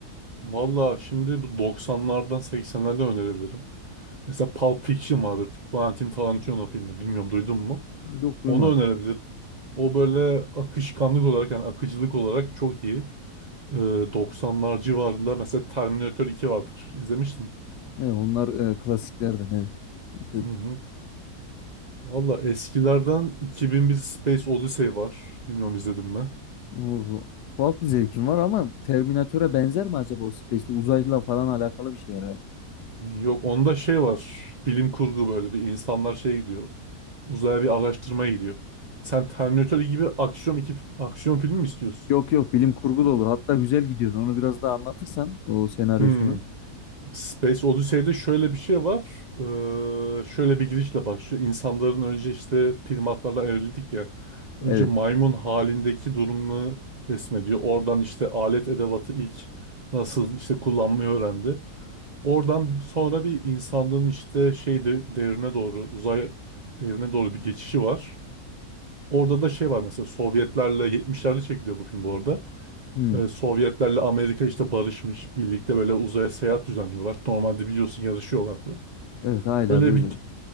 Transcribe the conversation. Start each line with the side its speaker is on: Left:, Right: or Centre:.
Right: Valla şimdi bu doksanlardan 80'lerden önerebilirim. Mesela Pulp Fiction vardır. Quentin Tarantino filmi. Bilmiyorum duydun mu?
Left: yok duymadım
Right: Onu önerebilirim. O böyle akışkanlık olarak yani akıcılık olarak çok iyi. Ee, 90'lar civarında mesela Terminator iki vardır. İzlemiştim.
Left: e, onlar e, klasiklerden evet izledim
Right: Hı hı. Valla eskilerden 2001 Space Odyssey var. Bilmiyorum izledim mi?
Left: Oo, tuhaf bir zevkim var ama Terminatör'e benzer mi acaba o Space'te uzayla falan alakalı bir şey herhalde
Right: Yok onda şey var. Bilim kurgu böyle bir insanlar şey gidiyor. Uzaya bir araştırmaya gidiyor. Sen Terminator gibi aksiyon iki aksiyon filmi mi istiyorsun?
Left: Yok yok bilim kurgu da olur. Hatta güzel gidiyordu. Onu biraz daha anlatırsan o senaryosunu.
Right: Hmm. Space Odyssey'de şöyle bir şey var. Ee, şöyle bir girişle başlıyor. İnsanların önce işte primatlarla evrildik ya. Önce
Left: Evet.
Right: maymun halindeki durumunu resmediyor. Oradan işte alet edevatı ilk nasıl işte kullanmayı öğrendi. Oradan sonra bir insanlığın işte şey de, devrine doğru, uzay devrine doğru bir geçişi var. Orada da şey var mesela Sovyetlerle 70'lerde çekiliyor bu film bu arada.
Left: Hmm.
Right: Ee, Sovyetlerle Amerika işte barışmış, birlikte böyle uzaya seyahat düzenliyorlar. Normalde biliyorsun yarışıyorlardı.
Left: Evet hala
Right: Öyle
Left: da öyledir.
Right: bir